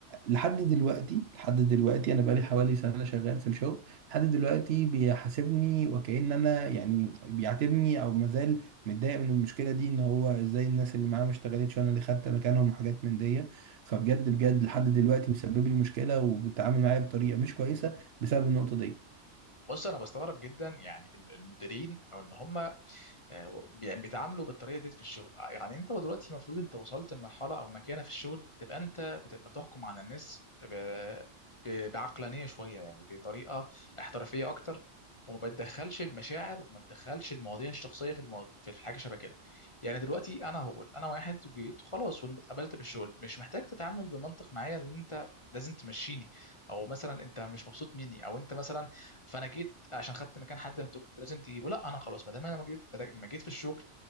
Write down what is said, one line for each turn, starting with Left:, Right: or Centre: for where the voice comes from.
Right: لحد دلوقتي لحد دلوقتي انا بقالي حوالي سنه شغال في الشغل لحد دلوقتي بيحاسبني وكأن انا يعني بيعاتبني او مازال متضايق من المشكله دي ان هو ازاي الناس اللي معاه ما اشتغلتش وانا اللي خدت مكانهم وحاجات من دي فبجد بجد لحد دلوقتي مسبب لي مشكله وبيتعامل معايا بطريقه مش كويسه بسبب النقطه دي
Left: بص انا بستغرب جدا يعني ال- المديرين او ان هم آه، يعني بيتعاملوا بالطريقه دي في الشغل آه، يعني انت دلوقتي المفروض انت وصلت لمرحله او مكانه في الشغل تبقى انت بتبقى بتحكم على الناس ب... ب... بعقلانيه شويه يعني بطريقه احترافيه اكتر وما بتدخلش المشاعر وما تدخلش المواضيع الشخصيه في المواضيع في حاجه شبه كده يعني دلوقتي انا هو انا واحد جيت خلاص واتقبلت بالشغل مش محتاج تتعامل بمنطق معايا ان انت لازم تمشيني او مثلا انت مش مبسوط مني او انت مثلا فانا جيت عشان خدت مكان حد انت كنت لازم تجيبه لا انا خلاص ما دام انا ما جيت ما جيت في الشغل